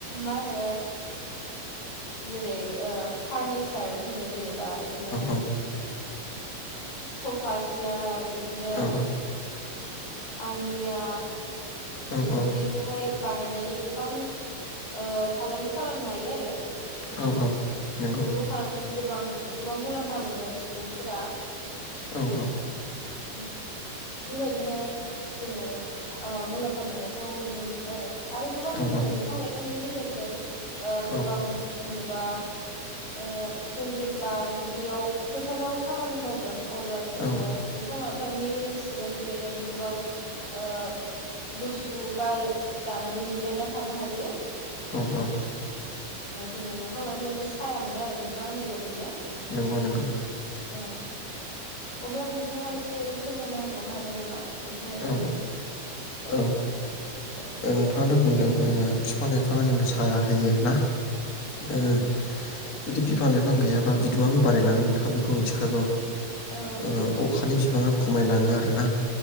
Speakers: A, on the left (about 40°); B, on the left (about 60°).
A: मा होनो जेरै ओ फार्निसार होनो जेनेबा इदिनो
B: औ
A: सख फा सियार इदिनो
B: औ
A: आलमिरा
B: औ
A: एफोरदिखौहाय
B: औ
A: बानायनानै गोबां ओ फालांगि खालामनो हायो आरो।
B: औ औ नंगौ
A: बेफोरखौ खालामनानै गो बां गोबां मुलाम्फा मोनो सुबुंफोरा।
B: औ औ।
A: ओम बेबायदिनो जोङो ओ मुलाम्फा मोननायखौ नुनो मोनो आरो। आरो गोबां
B: औ
A: जोङो बिफां लाइफांनि गे जेरजों ओ
B: औ
A: गोबां <unintelligible> नेबा ओ जों जेब्ला दुब्लियाव, फोथाराव खामानि मावगोन अब्ला जोङो
B: औ
A: दफां ला फांनि सिङाव जिरायनानै गो बां ओ गुस सु बार जानानै जिरायना थानो हायो।
B: औ औ
A: ओ जोङो दंफां लांफांनिफाय साया मोनो आरो नोंथां ङा होननाय बायदिनो
B: नंगौ नंगौ
A: औ अब्ला नोंथाङा एसे फोरमायना होबावनो हागोन नामा? दंफां लाइफांनि
B: औ
A: सायाव
B: औ ओ
A: दे
B: नोंथाङाथ' बुंदों ओ फिफां लाइफाङा जोंनो साया होयो ना
A: औ
B: ओ जुदि बिफां लाइफां गैयाबा बिदुङाबो बारायलाङो नोंथां बेखौ मिथिखागौ
A: औ
B: ओ अखानि बिबाङा खमायलाङो आरोना